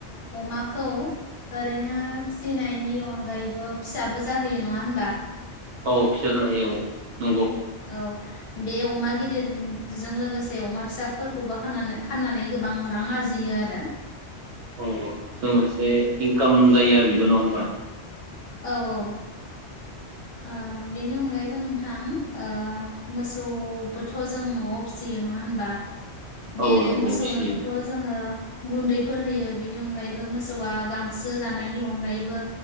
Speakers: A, on the left; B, on the right.
A: अमाखौ ओरैनो फिनायनि अनगायैबो फिसाबो जाहोयो नङा होनबा
B: औ फिसा जायो औ नंगौ
A: औ बे अमा गिदिरजों लोगोसे अमा फिसाफोरखौबोनानै खानानै फाननानै गोबां रां आरजियो आरो
B: औ-औ जों मोनसे इनकाम जायो आरो बेबो नङा होमबा
A: औ औ ओ बेनि अनगायैबो नोंथां ओ मोसौबोथ जों नआव फिसियो नङा होनबा? बे
B: औ नंगौ
A: मोसौनोबोथ
B: फिसियो
A: जोङो गुन्दैफोर होयो बिनि अनगायैबो मोसौआ गांसो जानायनि अनगायैबो